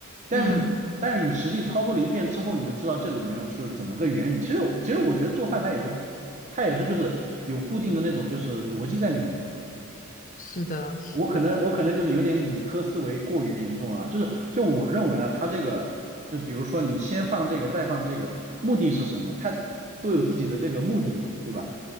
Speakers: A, on the right; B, on the left.
A: 但是但是你实际操作了一遍之后，
B: 嗯，
A: 你就知道这里面是怎么个原理。其实其实我觉得做饭它也是它也是就是有固定的那种就是逻辑在里面的。
B: 是的，是的，
A: 我可能我可能就是有点理科思维过于严重了啊就是就我认为啊，它这个就比如说你先放这个再放这个，目的是什么？它都有自己的这个目的嘛，对吧？